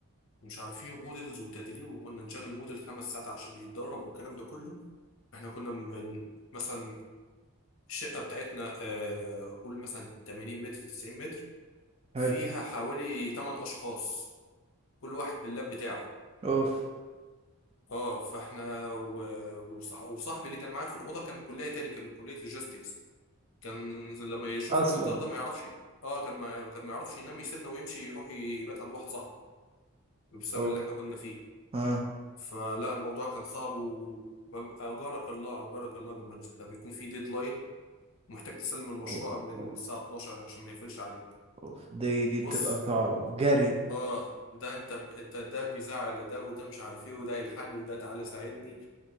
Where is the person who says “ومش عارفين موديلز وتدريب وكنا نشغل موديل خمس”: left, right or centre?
Left